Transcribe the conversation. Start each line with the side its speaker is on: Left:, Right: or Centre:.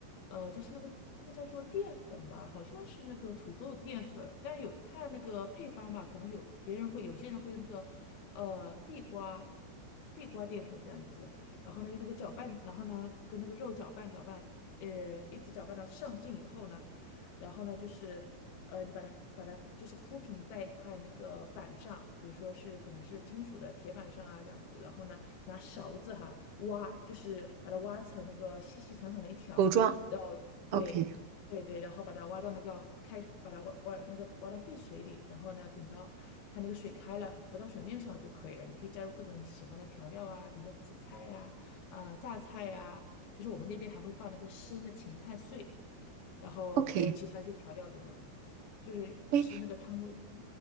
Left: 呃，加上那个那个叫做淀粉吧，好像是那个土豆淀粉，但有看那个配方吧，可能有别人会有些人会用那个，呃，地瓜地瓜淀粉这样子，然后呢用那个搅拌，然后呢跟那个肉搅拌搅拌，呃，一直搅拌到上劲以后呢。然后呢，就是呃，你把它把它就是铺平在一块那个板上，比如说是可能是金属的铁板上啊这样子，然后呢，拿勺子哈挖，就是把它挖成那个细细长长的一条，
Right: 狗壮
Left: 然后对。
Right: ？OK
Left: 对对，然后把它挖到那个开，把它挖挖那个挖到沸水里，然后呢，等到它那个水开了，浮到水面上就可以了。你可以加入各种你喜欢的调料啊，比如说紫菜呀、啊、榨菜呀、就是我们那边还会放那个生的芹菜碎，然后还有其他一些调料等等，
Right: OK，
Left: 就是吃那个汤味。
Right: 哎，